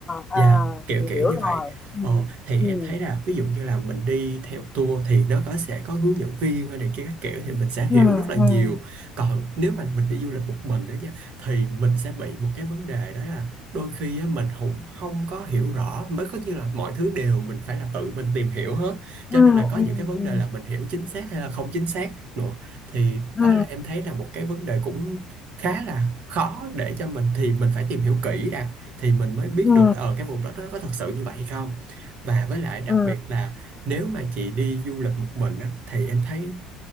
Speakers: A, on the left; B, on the right.
A: à
B: Dạ, kiểu
A: chị
B: kiểu
A: hiểu
B: như vậy.
A: rồi
B: Ờ,
A: ừ
B: thì
A: ừ
B: em thấy là ví dụ như là mình đi theo tour thì nó có sẽ có hướng dẫn viên hay này kia các kiểu thì mình sẽ hiểu
A: ừ
B: rất là nhiều. Còn nếu mà mình đi du lịch một mình đó nha thì mình sẽ bị một cái vấn đề đó là đôi khi á, mình không không có hiểu rõ mới có như là mọi thứ đều mình phải là tự mình tìm hiểu hết. Cho
A: ừ
B: nên là có
A: ừ
B: những cái vấn
A: ừ
B: đề là mình hiểu chính xác hay là không chính xác nữa. Thì
A: ừ
B: đó là em thấy là một cái vấn đề cũng khá là khó để cho mình thì mình phải tìm hiểu kỹ đã thì mình mới biết
A: ừ ừ
B: được ở cái vùng đất đó có thật sự như vậy hay không và với lại đặc
A: ừ
B: biệt là nếu mà chị đi du lịch một mình á thì em thấy